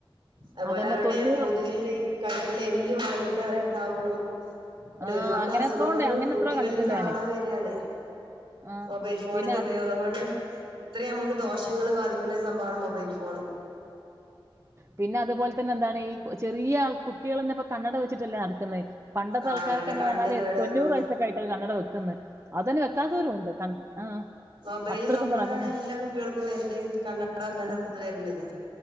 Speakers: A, on the right; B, on the right.
A: അതുപോലെ
B: അതന്നെ
A: അവരുടെ
B: തൊണ്ണൂറും
A: മുതുകിലെ ഈ കഴുത്തിലെ എല്ലു വളഞ്ഞിട്ടുണ്ട് <unintelligible> ഇങ്ങനെ
B: ആഹ്
A: ഒരുപാട്
B: അങ്ങനെ
A: അസുഖങ്ങൾ
B: എത്രോ ഉണ്ട് അങ്ങനെ
A: കുട്ടികളിൽ
B: എത്രയോ കണ്ടിട്ടുണ്ട്
A: കാണാൻ
B: ഞാന്.
A: വരികണ്
B: ആഹ്
A: മൊബൈൽ ഫോണിന്റെ
B: പിന്നെ
A: ഉപയോഗം കൊണ്ട് - ഒത്തിരി നമുക്ക് ദോഷങ്ങൾ ബാധിക്കുന്ന ഒരു സംഭവം ആണ് മൊബൈയിൽ ഫോൺ
B: പിന്നെ അതുപോലെ തന്നെ എന്താണ് ചെറിയ ആൾക്ക് കുട്ടികള് തന്നെ ഇപ്പൊ കണ്ണട വച്ചിട്ടല്ലേ നടക്കുന്നത് <unintelligible> പണ്ടത്തെ
A: ആ
B: ആൾക്ക്
A: അവരുടെ
B: എന്ന്
A: കണ്ണ്
B: പറഞ്ഞാൽ
A: കേട്
B: തൊണ്ണൂറ്
A: വന്നു
B: വയസ്ഒക്കെ കഴിഞ്ഞാ കണ്ണട വയ്കക്കുന്നത് <unintelligible> അത് തന്നെ വൈക്കാത്തവരും ഉണ്ട് ആ
A: മൊബൈലു
B: അത്രക്കും
A: നോക്കണനോട്
B: പറ അവര്
A: ആണ് എല്ലാം കുട്ടികൾക്കും കണ്ണട വൈക്കേണ്ടി
B: ആ
A: വരുന്നത്